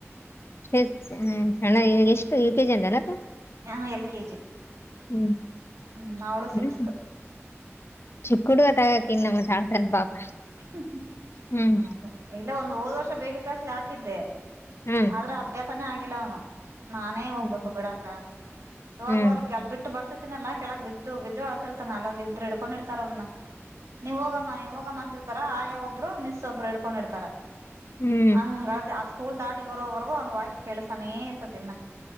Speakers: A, on the left; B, on the right.
A: ಹ್ಮ <unintelligible> ಎಷ್ಟು ಯು ಕೆ ಜಿ ಅಂದಲಕ್ಕ.
B: ಆ ಎಲ್ ಕೆ ಜಿ.
A: <inaudible>
B: ಹ್ಮ್ ಅವಳು ಸಿಕ್ಸ್ತ್
A: ಚಿಕ್ಕಉಡ್ಗ ತಗೋ ಅಕ್ಕ ಇನ್ನ ಮತ್ತ್ ಅಳತನ ಪಾಪ.
B: <unintelligible>
A: ಹ್ಮ್
B: ಹೌದ ಇಲ್ಲ ಒಂದು ಹೋದ್ ವರ್ಷ ಬೇಬಿ ಕ್ಲಾಸ್ಗೆ ಹಾಕಿದ್ದೆ.
A: ಹ್ಮ್.
B: ಅದ್ರ ಅಭ್ಯಾಸನೇ ಆಗಿಲ್ಲ ಅವನು ನಾನೇ ಹೋಗ್ಬೇಕು
A: ಹ್ಮ್
B: ಬಿಡಾಕ ಇವಾಗ
A: ಹ್ಮ್
B: ಅಲ್ಲಿ ಕೆಲ್ ಬಿ ಬಿಟ್ಟ ಬರ್ತತಿನಲ್ಲಾ ಕೆಳಗ್ ಬಿದ್ದು ಬಿದ್ದು ಅಳ್ತಿರ್ತಾನ ಅಲ್ಲ ಒಂದ್ ಇಬ್ರು ಹಿಡ್ಕೊಂಡಿರ್ತಾರ ಇತಾರ ಅವನ್ನ ನೀವು ಹೋಗ ಅಮ್ಮ ನೀ ಹೋಗಮ್ಮ ಅಂತಿರ್ತಾರ ಆಯಾ ಒಬ್ರು ಮಿಸ್ ಒಬ್ರು ಇಡ್ಕೊಂಡ್ ಇಡ್ತಾರ
A: ಹ್ಮ್
B: ಹಂಗಳ ಕುಲ ದಾಟಿ ಬರೋವರೆಗೂ ಅವನ ವಾಯ್ಸ್ ಕೇಳಸಾನೇ ಇರ್ತೇತಿ ಇನ್ನ.